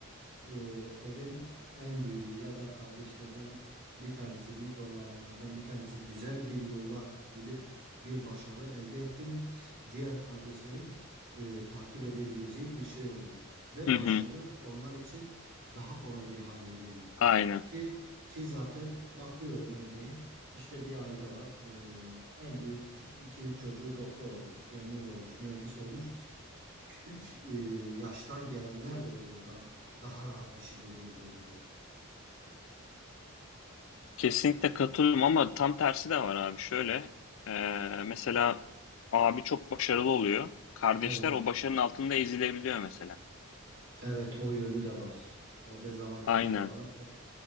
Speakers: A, on the right; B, on the left.
A: e, evin en büyüğü ya da kardeşlerden bir tanesi büyük olanlardan bir tanesi güzel bir yola gidip bir başarı elde etti mi diğer kardeşlerin e, takip edebileceği bir şey oluyor ve
B: Hı
A: başarı
B: hı.
A: onlar için daha kolay bir hale geliyor.
B: Aynen.
A: Ki ki zaten bakıyorum örneğin işte bir aile var. e, en büyük iki üç çocuğu doktor olmuş, memur olmuş, mühendis olmuş küçük e, yaştan gelenler de o yoldan daha rahat bir şekilde gidebiliyor.
B: Kesinlikle katılıyorum ama tam tersi de var abi. Şöyle, e, mesela abi çok başarılı oluyor. Kardeşler
A: Evet.
B: o başarının altında ezilebiliyor mesela.
A: Evet o yönü de var. O dezavantajı
B: Aynen.
A: da var. O,